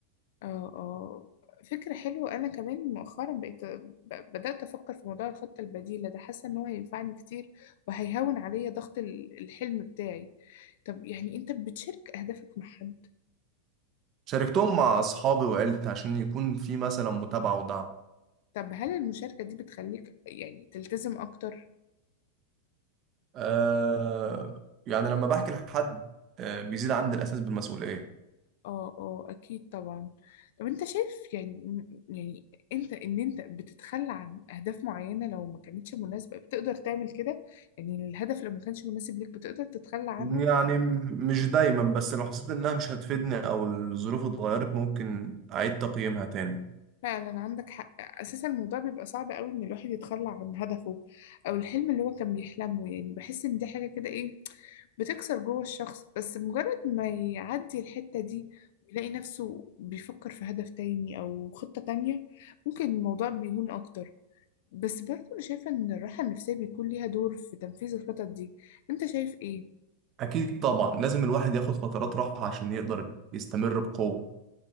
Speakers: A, on the left; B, on the right.
A: اه اه فكرة حلوة أنا كمان مؤخرا بقيت ب- بدأت أفكر في موضوع الخطة البديلة ده حاسة إن هو هينفعني كتير وهيهون عليا ضغط ال- الحلم بتاعي طب يعني أنت بتشارك أهدافك مع حد
B: شاركتهم مع أصحابي وعيلتي عشان يكون في مثلا متابعة ودعم
A: طب هل المشاركة دي بتخليك يعني تلتزم أكتر؟
B: آه يعني لما بحكي لحد آه بيزيد عندي الإحساس بالمسؤولية
A: اه اه أكيد طبعا طب أنت شايف يعني م- يعني أنت إن أنت بتتخلى عن أهداف معينة لو ما كانتش مناسبة بتقدر تعمل كده؟ يعني الهدف لو ما كانش مناسب ليك بتقدر تتخلى عنه
B: يعني م- مش دايما بس لو حسيت إنها مش هتفيدني أو الظروف اتغيرت ممكن أعيد تقييمها تاني
A: فعلا عندك حق اساسا الموضوع بيبقى صعب قوي ان الواحد يتخلى عن هدفه او الحلم اللي هو كان بيحلمه يعني بحس ان دي حاجه كده ايه بتكسر جوه الشخص بس مجرد ما يعدي الحته دي ويلاقي نفسه بيفكر في هدف تاني او خطه تانية ممكن الموضوع بيهون اكتر بس برضه انا شايفه ان الراحه النفسيه بيكون ليها دور في تنفيذ الخطط دي انت شايف ايه
B: أكيد طبعا لازم الواحد ياخد فترات راحة عشان يقدر يستمر بقوة